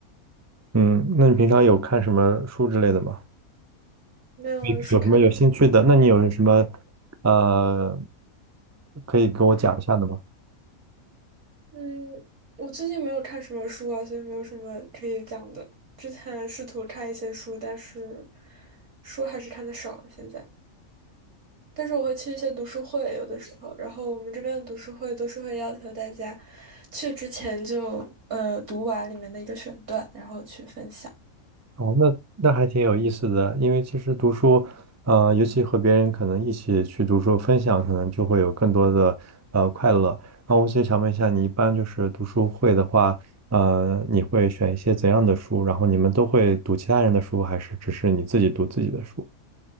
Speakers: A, on the right; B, on the right.
A: 嗯，那你平常有看什么书之类的吗？
B: 没有书看了。
A: 你有什么有兴趣的？那你有什么，呃，可以给我讲一下的吗？
B: 嗯，我最近没有看什么书啊，所以没有什么可以讲的。之前试图看一些书，但是书还是看的少现在。但是我会去一些读书会，有的时候，然后我们这边的读书会都是会要求大家去之前就呃读完里面的一个选段，然后去分享。
A: 哦，那那还挺有意思的，因为其实读书，呃，尤其和别人可能一起去读书分享，可能就会有更多的呃快乐。然后我就想问一下，你一般就是读书会的话，呃，你会选一些怎样的书？然后你们都会读其他人的书，还是只是你自己读自己的书？